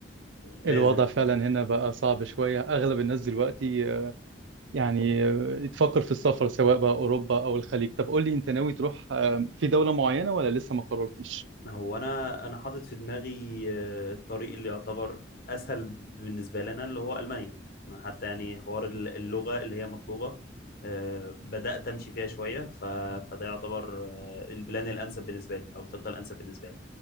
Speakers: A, on the left; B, on the right.
A: فلازم
B: الوضع فعلا هنا بقى صعب شوية اغلب الناس دلوقتي آه، يعني آه، تفكر في السفر سواء بقى اوروبا او الخليج طب قول لي انت ناوي تروح آه، في دولة معينة ولا لسه ما قررتش
A: هو انا انا حاطط في دماغي آه، الطريق اللي يعتبر اسهل بالنسبه لنا اللي هو المانيا أنا حتى يعني حوار ال- اللغه اللي هي مطلوبه آه، بدات امشي فيها شويه ف... فده يعتبر آه، البلان الانسب بالنسبه لي او الخطه الانسب بالنسبه لي